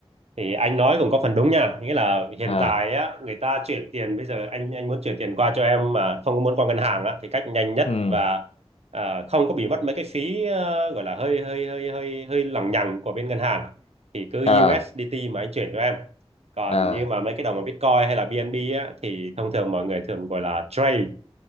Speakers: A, on the right; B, on the left.
A: thì anh nói cũng có phần đúng nha nghĩa là hiện
B: à
A: tại á người ta chuyển tiền bây giờ anh anh muốn chuyển tiền qua cho em mà không có muốn qua ngân hàng á thì cách nhanh nhất
B: ừ
A: và à, không có bị mất mấy cái phí ờ, gọi là hơi hơi hơi hơi hơi lằng nhằng của bên ngân hàng thì cứ
B: à
A: USDT mà anh chuyển cho em còn
B: à
A: như mà mấy cái đồng mà Bitcoin hay là BNB á thì thông thường mọi người thường gọi là trade